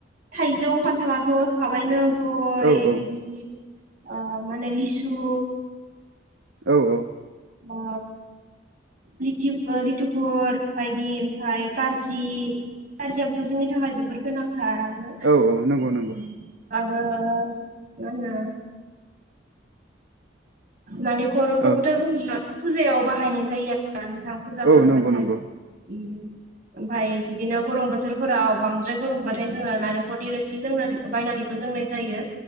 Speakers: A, on the right (about 50°); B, on the right (about 70°).
A: थाइजौ खान्थालाथ' थाबायनो गय
B: औ औ
A: बिदिनि ओ माने लिसु
B: औ औ
A: ओ लिख ओ लिथुखर बायदि ओमफाय खारजि खारजियाबोथ' जोंनि थाखाय जोबोर गोनांथारङानो
B: औ औ नंगौ
A: उम
B: नंगौ
A: आरो मा होनो नालेंखरखौबोथ'
B: औ
A: जोंङो फुजायाव बाहायनाय जायो। दा नोंथां फुजा फोरबाथाय
B: औ नंगौ नंगौ
A: उम ओमफाय बिदिनो गरम बोथोरफोराव बांद्राय गरमबाथाय जोङो नालेंखरनि रोसि लोंनानै बायनानै बो लोंनाय जायो।